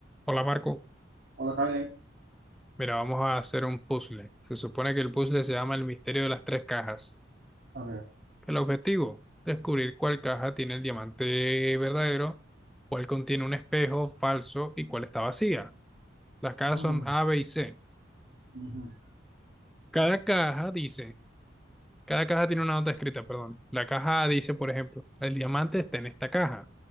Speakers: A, in the centre; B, on the right.
A: Hola Marco,
B: Hola, Salem.
A: mira, vamos a hacer un puzzle. Se supone que el puzzle se llama El misterio de las tres cajas.
B: A ver.
A: El objetivo, descubrir cuál caja tiene el diamante verdadero, cuál contiene un espejo falso y cuál está vacía. Las cajas
B: Mm,
A: son A, B y C.
B: ujú.
A: Cada caja dice, cada caja tiene una nota escrita, perdón. La caja A dice, por ejemplo, el diamante está en esta caja.